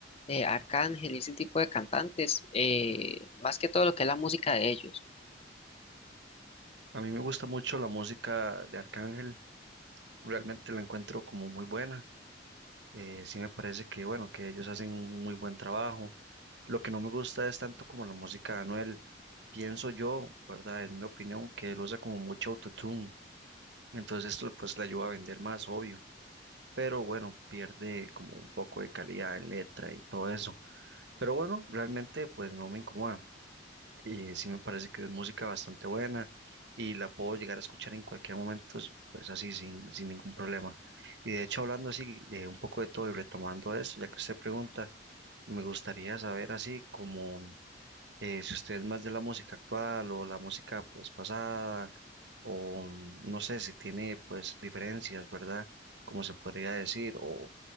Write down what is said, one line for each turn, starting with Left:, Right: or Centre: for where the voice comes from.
Left: eh, Arcángel y ese tipo de cantantes, eh, más que todo lo que es la música de ellos.
Right: A mí me gusta mucho la música de Arcángel, realmente la encuentro como muy buena. Eh, sí me parece que, bueno, que ellos hacen un muy buen trabajo. Lo que no me gusta es tanto como la música de Anuel. Pienso yo, ¿verdad? En mi opinión, que él usa como mucho autotune Entonces esto pues le ayuda a vender más, obvio, pero bueno, pierde como un poco de calidad en letra y todo eso. Pero bueno, realmente pues no me incomoda y sí me parece que es música bastante buena y la puedo llegar a escuchar en cualquier momento, s- pues así sin, sin ningún problema. Y de hecho hablando así de un poco de todo y retomando esto, ya que usted pregunta, me gustaría saber así como eh, si usted es más de la música actual o la música pues pasada, o mm, no sé si tiene pues diferencias, ¿verdad? Como se podría decir, o